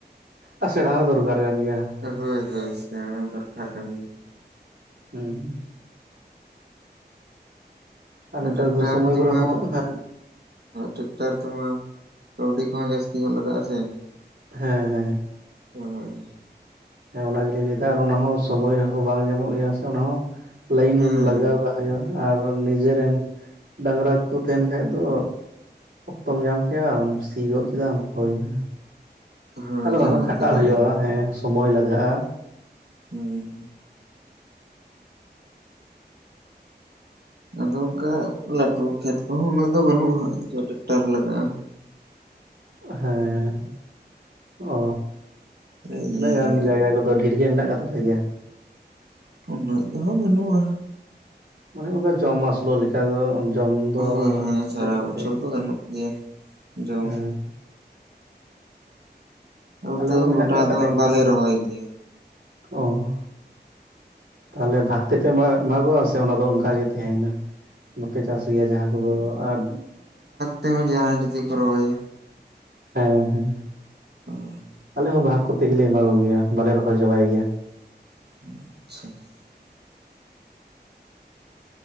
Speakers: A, on the right; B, on the right.
A: ᱟᱨ ᱥᱮᱬᱟ ᱦᱚᱸ ᱫᱚᱨᱠᱟᱨ ᱠᱟᱱ ᱜᱮᱭᱟ
B: ᱦᱳᱭ ᱦᱳᱭ ᱥᱮᱸᱲᱟ ᱫᱚᱨᱠᱟᱨ ᱠᱟᱱᱟ ᱜᱮᱭᱟ᱾
A: ᱩᱸᱻ ᱟᱨ ᱱᱮᱛᱟᱨ
B: ᱴᱮᱠᱴᱟᱨ
A: ᱫᱚ ᱥᱚᱢᱚᱭ
B: ᱛᱮ
A: ᱠᱚᱨᱮ
B: ᱢᱟ
A: ᱦᱚᱸ ᱦᱮᱸ
B: ᱴᱮᱠᱴᱟᱨ ᱛᱮᱢᱟ ᱠᱟᱹᱣᱰᱤ ᱠᱚᱦᱚᱸ ᱡᱟᱹᱥᱛᱤ ᱧᱚᱜ ᱞᱟᱜᱟᱜᱼᱟ ᱥᱮ
A: ᱦᱮᱸ ᱦᱮᱸ
B: <unintelligible>
A: ᱦᱮᱸ ᱚᱱᱟ ᱜᱮᱞᱤᱧ ᱞᱟᱹᱭᱫᱟ ᱟᱨ ᱚᱱᱟ ᱦᱚᱸ ᱥᱚᱢᱚᱭ ᱦᱚᱸ ᱵᱟᱝ ᱧᱟᱢᱚᱜ ᱜᱮᱭᱟ ᱥᱮ ᱚᱱᱟ ᱦᱚᱸ ᱞᱟᱭᱤᱱ
B: ᱦᱮᱸ
A: ᱞᱟᱜᱟᱣᱟᱠᱟᱜ ᱟᱨ ᱱᱤᱡᱮᱨᱮᱱ ᱰᱟᱝᱨᱟ ᱠᱩ ᱛᱟᱦᱮᱱ ᱠᱷᱟᱡ ᱫᱚ ᱚᱠᱛᱚᱢ ᱧᱟᱢ ᱠᱮᱜᱼᱟ ᱥᱤ ᱜᱚᱜ ᱠᱮᱫᱟᱢ ᱦᱩᱭᱱᱟ
B: ᱦᱳᱭ
A: ᱟᱫᱚ
B: ᱡᱟᱦᱟᱸ
A: ᱟᱨᱚᱦᱚ ᱠᱷᱟᱴᱟᱜ
B: ᱛᱤ ᱨᱮᱜᱮ
A: ᱦᱩᱭᱩᱜᱼᱟ ᱦᱮᱸ ᱥᱚᱢᱚᱭ ᱞᱟᱜᱟᱜᱼᱟ
B: ᱦᱩᱸ ᱟᱫᱚ ᱚᱝᱠᱟ ᱞᱮᱴ ᱨᱩᱢ ᱠᱷᱮᱛ ᱠᱚᱦᱚᱸ ᱩᱱᱟᱹᱜ ᱫᱚ ᱵᱟᱹᱱᱩᱜᱼᱟ ᱦᱟᱸᱜ ᱴᱨᱠᱴᱟᱨ ᱞᱟᱜᱟᱜᱼᱟ ᱾
A: ᱦᱮᱸ ᱚ
B: ᱞᱮ
A: ᱛᱤᱱᱟᱹᱜ
B: ᱤᱭᱟᱹᱭᱟ
A: ᱜᱟᱱ ᱡᱟᱭᱜᱟ ᱠᱚᱫᱚ ᱰᱷᱮᱨ ᱜᱮ ᱢᱮᱱᱟᱜ ᱠᱚᱛᱟᱯᱮ ᱜᱮᱭᱟ ᱾
B: ᱩᱱᱟᱜ ᱫᱚ ᱦᱟᱸᱜ ᱵᱟᱹᱱᱩᱜᱼᱟ
A: ᱢᱟᱱᱮ ᱚᱝᱠᱟ ᱡᱚᱢ ᱟᱹᱥᱩᱞᱚᱜ ᱞᱮᱠᱟ ᱫᱚ ᱡᱚᱢ ᱫᱚ
B: ᱦᱳᱭ ᱦᱳᱭ ᱥᱟᱨᱟ
A: ᱦᱩᱭᱩᱜ ᱛᱟᱯᱮ
B: ᱵᱚᱪᱷᱚᱨ
A: ᱜᱮᱭᱟ
B: ᱫᱚ ᱜᱟᱱᱚᱜ ᱜᱮᱭᱟ ᱡᱚᱢ
A: ᱦᱮᱸ
B: ᱾ ᱟᱫᱚ
A: ᱟᱞᱮ
B: ᱛᱟᱹᱣ
A: ᱦᱚᱸ ᱢᱮᱱᱟᱜ
B: ᱜᱚᱴᱟ
A: ᱠᱟᱜ ᱛᱟᱞᱮ
B: ᱫᱚ
A: ᱜᱮᱭᱟ।
B: ᱵᱟᱞᱮ ᱨᱚᱦᱚᱭ ᱜᱮᱭᱟ
A: ᱚ, ᱛᱟᱦᱚᱞᱮ ᱵᱷᱟᱜᱛᱮ, ᱯᱮ ᱮᱢᱟᱜ। ᱮᱢᱟᱜᱚᱜᱼᱟ ᱥᱮ ᱚᱱᱟᱫᱚ ᱚᱱᱠᱟᱜ ᱜᱮ ᱛᱮᱭᱱᱟ ᱵᱟᱯᱮ ᱪᱟᱥ ᱜᱮᱭᱟ ᱡᱟᱦᱟᱸ ᱠᱚᱫᱚ ᱟᱨ।
B: ᱛᱚ ᱡᱟᱦᱟᱭ ᱡᱩᱫᱤ ᱠᱚ ᱨᱚᱦᱟᱭᱟ।
A: ᱦᱮᱸ ᱦᱮᱸ।
B: ᱟᱨ <inaudible> <unintelligible>
A: ᱟᱞᱮ ᱦᱚᱸ, ᱵᱷᱟᱜᱽ ᱠᱚᱛᱮ ᱜᱮᱞᱮ ᱮᱢᱟ ᱠᱚᱜᱮᱭᱟ, ᱵᱟᱞᱮ ᱨᱚᱦᱚᱭ ᱪᱟᱵᱟᱭ ᱜᱮᱭᱟ।
B: <unintelligible>